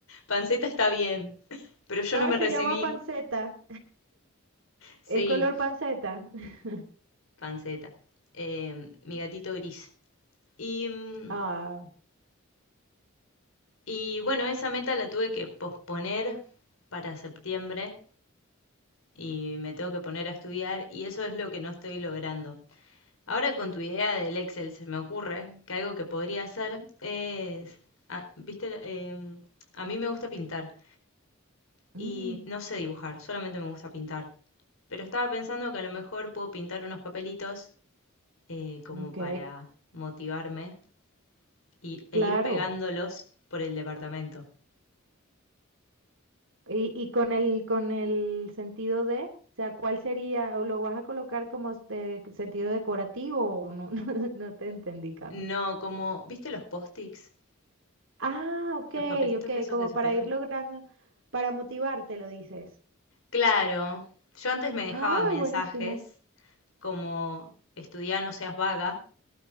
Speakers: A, on the left; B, on the right.
A: Panceta está bien, <laughs> pero yo
B: Ay,
A: no me
B: se
A: recibí.
B: llama panceta.
A: Sí,
B: ¿Es color panceta? <laughs>
A: panceta. Eh, mi gatito gris. Y, mm,
B: Ah,
A: y bueno, esa meta la tuve que posponer para septiembre y me tengo que poner a estudiar y eso es lo que no estoy logrando. Ahora con tu idea del Excel se me ocurre que algo que podría hacer es, ah, viste, eh, a mí me gusta pintar
B: mm,
A: y no sé dibujar, solamente me gusta pintar. Pero estaba pensando que a lo mejor puedo pintar unos papelitos eh, como
B: ok,
A: para motivarme y,
B: claro.
A: e ir pegándolos por el departamento.
B: Y, y con el, con el sentido de, o sea, ¿cuál sería? ¿O lo vas a colocar como este sentido decorativo o no? <laughs> No, no te entendí, Cami.
A: No, como, ¿viste los post-its?
B: Ah, ok,
A: Los papelitos
B: ok,
A: esos
B: como
A: que se
B: para
A: pegan.
B: ir logrando, para motivarte, lo dices.
A: Claro, yo antes me dejaba
B: Ay,
A: mensajes
B: buenísimo.
A: como estudiá, no seas vaga,